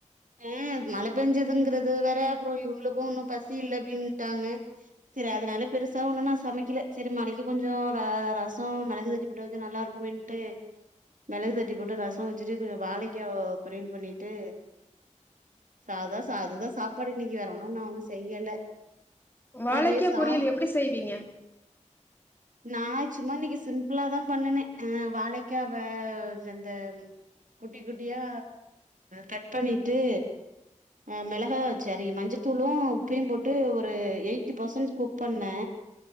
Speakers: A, on the right; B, on the left.
A: அ மழ பெஞ்சதுங்றது வேற அப்றோ இவ்ங்ளுக்கு ஒன்னு பசி இல்ல அப்டின்ட்டாங்க சரி அதனால பெருசா ஒன்னு நா சமைக்கல சரி மலைக்கு கொஞ்சு ர ரசோ மெளகு தட்டி போட்ட இது நல்லார்க்குமேன் ட்டு மெளகு தட்டி போட்டு ரசோ வச்சுட்டு கொஞ்சு வாழைக்கோ பொரியல் பண்ணிட்டு சாதா சாதுதா சாப்பாடு இன்னிக்கி வேர ஒன்னு நா ஒன்னு செய்யல
B: வாழைக்கா
A: அதுவே சாதோ
B: பொரியல் எப்படி செய்வீங்க
A: நா ச்சும்மா இன்னிக்கி சிம்பிளா தா பண்ணுனே அ வாழைக்காவ ரந்தம் குட்டி குட்டியா கட் பண்ணிட்டு அ மெளகா ச்சரி மஞ்சத்தூளு உப்பையு போட்டு ஒரு யய்ட்டி பர்சன் குக் பண்ண